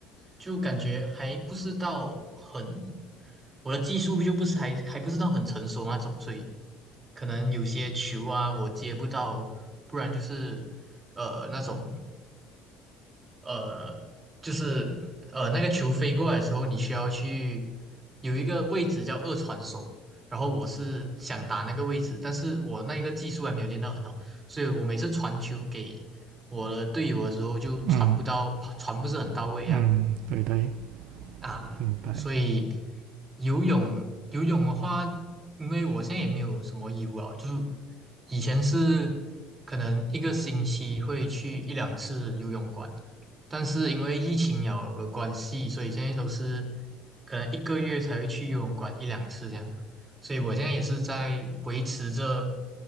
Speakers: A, on the right; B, on the right.
A: 就感觉还不是到很，我的技术就不是还还不是到很成熟那种，所以可能有些球啊我接不到，不然就是呃那种呃就是呃那个球飞过来的时候，你需要去有一个位置叫二传手，然后我是想打那个位置，但是我那一个技术还没有练到很好，所以我每次传球给我的队友的时候就传不到，
B: 嗯
A: 传不是很到位啊。
B: 嗯，对对，
A: 啊，
B: 明白。
A: 所以游泳游泳的话，因为我现在也没有什么义务啊，就是以前是可能一个星期会去一两次游泳馆，但是因为疫情有的关系，所以现在都是可能一个月才会去游泳馆一两次这样，所以我现在也是在维持着，